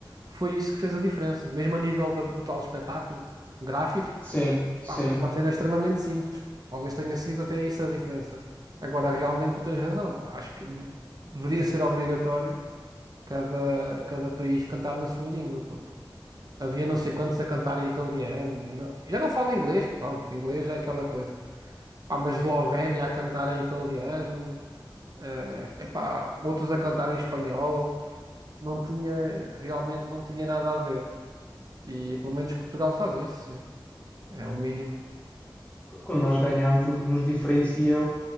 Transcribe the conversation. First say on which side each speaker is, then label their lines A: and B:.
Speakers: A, on the right; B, on the left.
A: foi isso que fez a diferença. Mesmo a nível da- do tal espetáculo gráfico,
B: Sim, sim.
A: pá, foi uma cena extremamente simples. Talvez tenha sido até isso a diferença. Agora, realmente, tu tens razão. pá, acho que de- deveria ser obrigatório cada, cada país cantar na sua língua, porque havia não sei quantos a cantar em italiano. E não- já não falo inglês, que pronto, inglês é aquela coisa. Pá, mas Eslovénia a cantar em italiano eh, epá, outros a cantar em espanhol, não tinha, realmente não tinha nada a ver. E pelo menos Portugal faz isso, sim. É o mínimo.
B: Qu- Quando nós ganhamos, o que nos diferencia